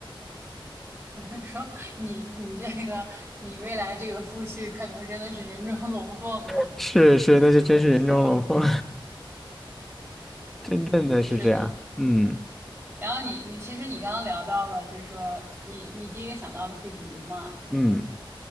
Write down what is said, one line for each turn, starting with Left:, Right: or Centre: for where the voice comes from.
Right: <laughs> 说你你这个你未来这个夫婿可能真的是人中龙凤了，
Centre: <laughs> 是是，那就真是人中龙凤，
Right: 给我笑。
Centre: <laughs> 真正的是这样。
Right: 是的，
Centre: 嗯
Right: 然后你你其实你刚刚聊到了，就是说你你第一个想到的是鱼嘛，
Centre: 嗯